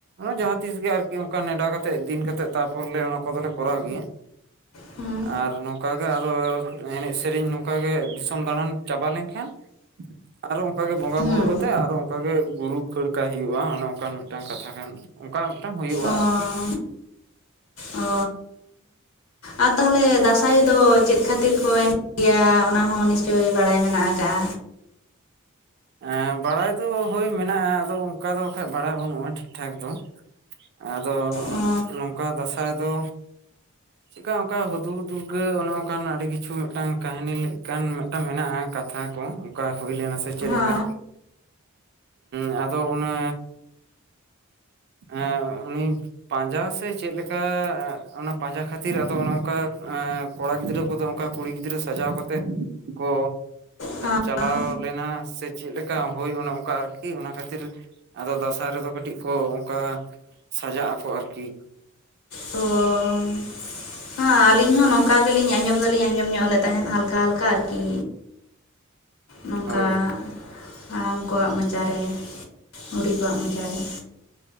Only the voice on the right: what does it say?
ᱡᱟᱦᱟᱸ ᱛᱤᱥ ᱜᱮ ᱟᱨᱠᱤ ᱠᱤ ᱚᱱᱠᱟ ᱱᱮᱰᱟ ᱠᱟᱛᱮᱫ ᱫᱤᱱ ᱠᱟᱛᱮᱫ ᱛᱟᱯᱚᱨ ᱞᱮ ᱚᱱᱟ ᱠᱚᱫᱚᱞᱮ ᱠᱚᱨᱟᱣ ᱜᱮᱭᱟ
ᱟᱨ ᱱᱚᱝᱠᱟᱜᱮ ᱟᱫᱚ ᱮᱱᱮᱡ ᱥᱮᱨᱮᱧ ᱱᱚᱝᱠᱟᱜᱮ ᱫᱤᱥᱚᱢ ᱫᱟᱬᱟᱱ ᱪᱟᱵᱟ ᱞᱮᱱᱠᱷᱟᱱ <unintelligible> ᱟᱨᱚ ᱚᱱᱠᱟᱜᱮ ᱵᱚᱸᱜᱟ
ᱵᱩᱨᱩ
ᱠᱟᱛᱮᱜ ᱟᱨᱚ ᱚᱱᱠᱟᱜᱮ ᱜᱩᱨᱩ ᱠᱷᱟᱹᱲ ᱠᱟᱭ ᱦᱩᱭᱩᱜᱼᱟ ᱚᱱᱮ ᱚᱱᱠᱟᱱ ᱢᱤᱫᱴᱟᱝ ᱠᱟᱛᱷᱟ ᱠᱟᱱ ᱚᱱᱠᱟ ᱢᱤᱫᱴᱟᱝ ᱦᱩᱭᱩᱜᱼᱟ
ᱟᱨᱠᱤ
ᱮᱸ ᱵᱟᱲᱟᱭ ᱫᱚ ᱦᱳᱭ ᱢᱮᱱᱟᱜᱼᱟ ᱟᱫᱚ ᱚᱱᱠᱟ ᱫᱚ ᱠᱷᱟᱡ ᱵᱟᱲᱟᱭ ᱵᱟᱹᱱᱩᱜᱼᱟ ᱴᱷᱤᱠ ᱴᱷᱟᱠ ᱫᱚ ᱟᱫᱚ
ᱱᱚᱝᱠᱟ ᱫᱟᱸᱥᱟᱭ ᱫᱚ ᱪᱮᱫᱠᱟ ᱚᱱᱠᱟ ᱦᱩᱫᱩᱲ ᱫᱩᱨᱜᱟᱹ ᱚᱱᱮ ᱚᱱᱠᱟᱱ ᱟᱹᱰᱤ ᱠᱤᱪᱷᱩ ᱢᱤᱫᱴᱟᱝ ᱠᱟᱹᱦᱱᱤ ᱞᱮᱠᱟᱱ ᱢᱤᱫ ᱴᱟᱝ ᱢᱮᱱᱟᱜᱼᱟ ᱠᱟᱛᱷᱟ ᱠᱚ ᱚᱱᱠᱟ ᱦᱩᱭ ᱞᱮᱱᱟ ᱥᱮ ᱪᱮᱫ
ᱞᱮᱠᱟ
ᱚᱸᱟᱫᱚ ᱚᱱᱮ ᱮᱸ ᱩᱱᱤ ᱯᱟᱸᱡᱟ ᱥᱮ ᱪᱮᱫᱮᱠᱟ ᱚᱱᱟ ᱯᱟᱸᱡᱟ ᱠᱷᱟᱹᱛᱤᱨ ᱟᱫᱚ ᱚᱱᱮ ᱚᱱᱠᱟ ᱠᱚᱲᱟ ᱜᱤᱫᱽᱨᱟᱹ ᱠᱚᱫᱚ ᱚᱱᱠᱟ ᱠᱩᱲᱤ ᱜᱤᱫᱽᱨᱟᱹ ᱥᱟᱡᱟᱣ ᱠᱟᱛᱮᱫ ᱠᱚ
ᱪᱟᱞᱟᱣ ᱞᱮᱱᱟ ᱥᱮ ᱪᱮᱫ ᱞᱮᱠᱟ ᱦᱳᱭ ᱚᱱᱮ ᱚᱱᱠᱟ ᱟᱨᱠᱤ ᱚᱱᱟ ᱠᱷᱟᱹᱛᱤᱨ ᱟᱫᱚ ᱫᱟᱸᱥᱟᱭ ᱨᱮᱫᱚ ᱠᱟᱹᱴᱤᱡ ᱠᱚ ᱚᱱᱠᱟ ᱥᱟᱡᱟᱜ ᱟᱠᱚ ᱟᱨᱠᱤ
ᱦᱳᱭ